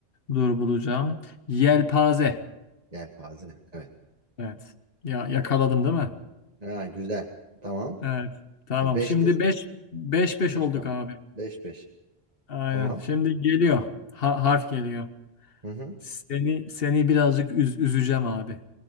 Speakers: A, on the left (about 60°); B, on the right (about 35°).
A: Dur bulacağım. Yelpaze.
B: Yelpaze. Evet.
A: Evet. Ya yakaladım değil mi?
B: Ha, güzel. Tamam.
A: Evet. Tamam.
B: E 5'te
A: Şimdi 5 5 5
B: 5
A: olduk
B: puan.
A: abi.
B: 5 5.
A: Aynen.
B: Tamam.
A: Şimdi geliyor. Ha- harf geliyor.
B: Hı hı.
A: Seni seni birazcık üz- üzeceğim abi.